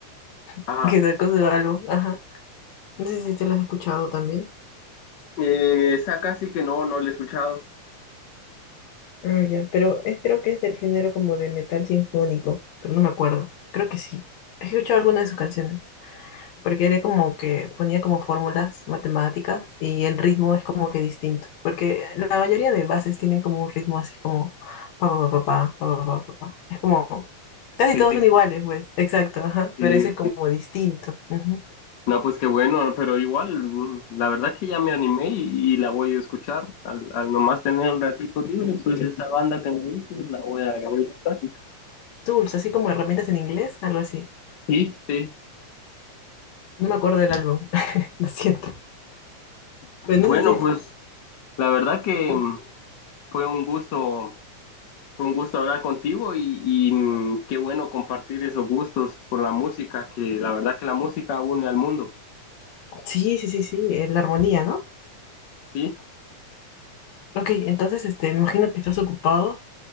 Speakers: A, on the left (about 50°); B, on the left (about 70°).
A: Ah,
B: <laughs> que sacó su álbum. Ajá. No sé si te lo has escuchado también.
A: Eh, esa casi que no, no la he escuchado.
B: Ah, ya, pero es, creo que es del género como de metal sinfónico, pero no me acuerdo. Creo que sí. He escuchado alguna de sus canciones, porque era como que ponía como fórmulas matemáticas y el ritmo es como que distinto, porque la mayoría de bases tienen como un ritmo así como pa pa pa pa pa pa pa pa pa. pa. Es como casi
A: Sí,
B: todos
A: sí,
B: son iguales, pues, exacto, ajá,
A: sí.
B: pero ese es como distinto. ujú.
A: No, pues qué bueno, pero igual, mm, la verdad que ya me animé y, y la voy a escuchar. Al, al nomás tener un ratito libre, pues esa banda que me dices, la voy a, la voy a escuchar.
B: Tools, así como herramientas en inglés, algo así.
A: Sí, sí.
B: No me acuerdo del álbum, <laughs> lo siento. Pues
A: Bueno,
B: no sé si,
A: pues la verdad que
B: uy,
A: mm, fue un gusto, fue un gusto hablar contigo y, y, mm, qué bueno compartir esos gustos por la música, que la verdad que la música une al mundo.
B: Sí, sí, sí, sí, eh, la armonía, ¿no?
A: Sí,
B: Ok, entonces, este, me imagino que estás ocupado,